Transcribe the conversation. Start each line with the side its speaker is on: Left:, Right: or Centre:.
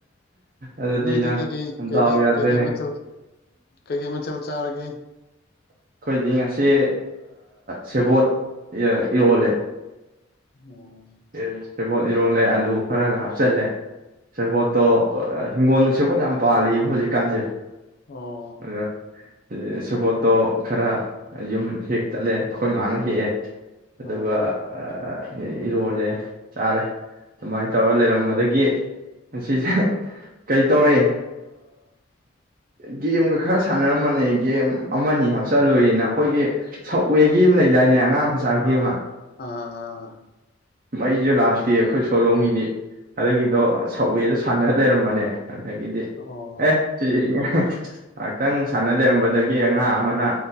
Right: ꯑꯗꯨꯗꯤ
Left: ꯅꯗꯤ
Right: ꯅꯪ
Left: ꯀꯩ ꯀꯩ ꯀꯩ
Right: ꯗꯥꯎ
Left: ꯀꯩ
Right: ꯌꯥꯗ꯭ꯔꯦꯅꯦ
Left: ꯀꯩ ꯀꯩ ꯃ ꯆ ꯀꯩꯀꯩ ꯃꯊꯦꯜ ꯆꯥꯔꯒꯦ
Right: ꯑꯩꯈꯣꯏꯗꯤ ꯉꯁꯤ ꯁꯦꯕꯣꯠ ꯏꯔꯣꯜꯂꯦ
Left: ꯎꯝ
Right: ꯑꯦ ꯁꯦꯕꯣꯠ ꯏꯔꯣꯜꯂꯦ ꯑꯂꯨ ꯈꯔꯒ ꯍꯥꯞꯆꯤꯜꯂꯦ ꯁꯦꯕꯣꯠꯇꯣ ꯍꯤꯡꯒꯣꯜꯗ ꯁꯦꯕꯣꯠ ꯌꯥꯝ ꯄꯥꯜꯂꯤꯕ ꯍꯧꯖꯤꯛꯀꯥꯟꯁꯦ
Left: ꯑꯣ
Right: ꯑ ꯁꯕꯣꯠꯇꯣ ꯈꯔ ꯌꯨꯝ ꯍꯦꯛꯛꯇꯠꯂꯦ ꯑꯩꯈꯣꯏ ꯃꯥꯅ ꯍꯦꯛꯑꯦ ꯑꯗꯨꯒ
Left: ꯑꯣ
Right: ꯑ ꯎꯝ ꯏꯔꯣꯜꯂꯦ ꯁꯥꯥꯔꯦ ꯑꯗꯨꯃꯥꯏꯅ ꯇꯧꯔ ꯂꯩꯔꯝꯕꯗꯒꯤ ꯑꯁꯤꯁꯦ ꯀꯩꯇꯧꯔꯤ ꯒꯦꯝꯒ ꯈꯔ ꯁꯥꯟꯅꯔꯝꯕꯅꯦ ꯒꯦꯝ ꯑꯃꯅꯤ ꯍꯥꯞꯆꯤꯜꯂꯨꯏꯅ ꯑꯩꯈꯣꯏꯒꯤ ꯁꯕꯋꯦꯒꯤ ꯑꯃ ꯂꯩꯗꯥꯏꯅꯦ ꯑꯉꯥꯡ ꯃꯆꯥꯒꯤ
Left: ꯑꯥ
Right: ꯑꯃ
Left: ꯑꯥ
Right: ꯃꯩꯁꯨ ꯂꯥꯛꯇꯦ ꯑꯩꯈꯣꯏ ꯁꯣꯂꯣꯡꯝꯒꯤꯗꯤ ꯑꯗꯨꯒꯤꯗꯣ ꯁꯕꯋꯦꯗꯣ ꯁꯥꯟꯅ ꯂꯩꯔꯝꯕꯅꯦ ꯑꯗꯒꯤꯗꯤ
Left: ꯑꯣ
Right: ꯑꯦ ꯁꯤ ꯉꯥꯏꯍꯥꯛꯇꯪ ꯁꯥꯟꯅ ꯂꯩꯑꯝꯕꯗꯒꯤ ꯑꯉꯥꯡ ꯑꯃꯅ